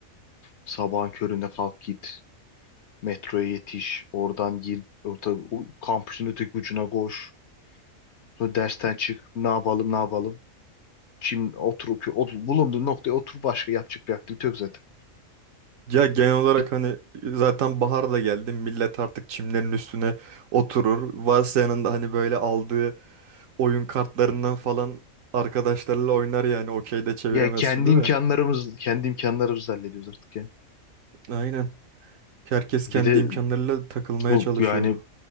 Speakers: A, on the left; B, on the right.
A: sabahın köründe kalk git. Metroya yetiş. Oradan gir. Orta, o kampüsün öteki ucuna koş. Sonra dersten çık. Ne yapalım ne yapalım. Şimdi oturup otur- bulunduğun noktaya otur başka yapacak bir aktivite yok zaten.
B: Ya genel olarak
A: Bir,
B: hani zaten bahar da geldi. Millet artık çimlerin üstüne oturur. Varsa yanında hani böyle aldığı oyun kartlarından falan arkadaşlarıyla oynar yani. Okey de çeviremez
A: ya kendi
B: şimdi
A: imkanlarımız
B: de.
A: kendi imkanlarımızı hallediyoruz artık ya.
B: Aynen. Herkes
A: Bir
B: kendi
A: de
B: imkanlarıyla takılmaya
A: bu
B: çalışıyor.
A: yani